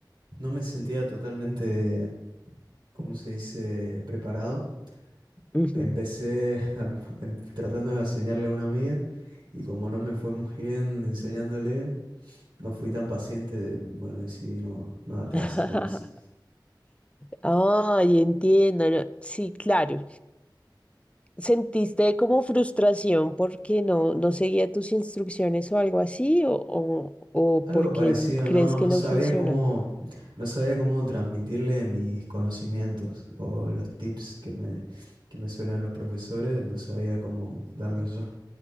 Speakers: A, on the right; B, on the left.
A: no me sentía totalmente, ¿cómo se dice?, preparado.
B: Ujú.
A: Empecé <laughs> a- em- tratando de enseñarle a una amiga y como no me fue muy bien enseñándole, no fui tan paciente de, bueno, decidí no, no dar clases
B: <laughs>
A: nomás.
B: Ay, entiendo. no, Sí, claro. ¿Sentiste como frustración porque no, no seguía tus instrucciones o algo así? ¿O, o, o
A: Algo
B: porque
A: parecido,
B: n- crees
A: no,
B: que
A: no
B: no
A: sabía
B: funcionó?
A: cómo, no sabía cómo transmitirle mis conocimientos o los tips que me, que me suelen los profesores, no sabía cómo darlos yo.